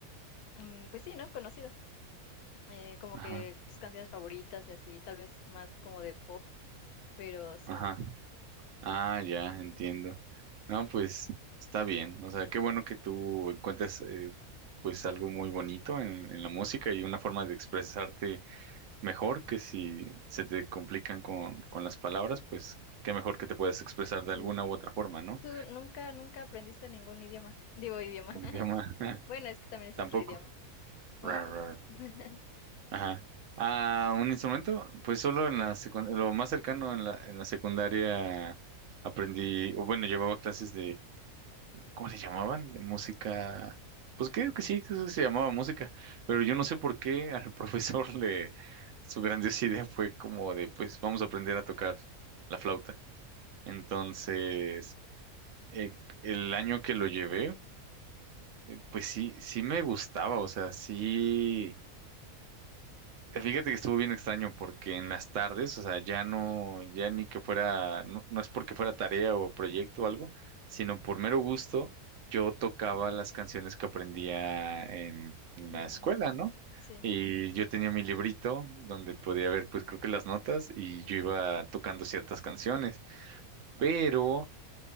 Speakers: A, on the left; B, on the right.
A: mm, pues sí, ¿no? Conocido, eh, como
B: Ajá,
A: que tus canciones favoritas y así, tal vez más como de pop, pero sí.
B: ajá. Ah, ya, entiendo. No, pues está bien. O sea, qué bueno que tú encuentres eh, pues algo muy bonito en, en la música y una forma de expresarte mejor que si se te complican con, con las palabras, pues qué mejor que te puedas expresar de
A: Mm.
B: alguna u otra forma, ¿no?
A: ¿Tú nunca, nunca aprendiste ningún idioma? Digo idioma.
B: Idioma,
A: <laughs>
B: <laughs>
A: Bueno, es que también es
B: tampoco.
A: otro idioma. Como-
B: Rar, rar.
A: <laughs>
B: Ajá. Ah, un instrumento, pues solo en
A: Sí.
B: la secundaria, lo más cercano en la, en la secundaria aprendí, o bueno, llevaba clases ¿cómo se llamaban? De música. Pues creo que sí, creo que se llamaba música, pero yo no sé por qué al <laughs> profesor le, su grandiosa idea fue como de, pues vamos a aprender a tocar la flauta. Entonces, eh, el año que lo llevé, pues sí, sí me gustaba, o sea, sí. Eh, Fíjate que estuvo bien extraño porque en las tardes, o sea, ya no, ya ni que fuera, no, no es porque fuera tarea o proyecto o algo, sino por mero gusto, yo tocaba las canciones que aprendía en, en la
A: Ah,
B: escuela, ¿no?
A: sí.
B: Y yo tenía mi librito donde podía ver, pues creo que las notas y yo iba tocando ciertas canciones, pero